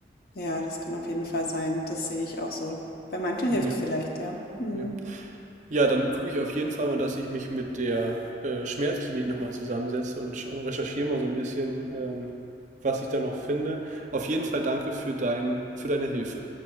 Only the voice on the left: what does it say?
ja, das kann auf jeden Fall sein. Das sehe ich auch so. Bei manchen hilft
vielleicht, ja. Mhm.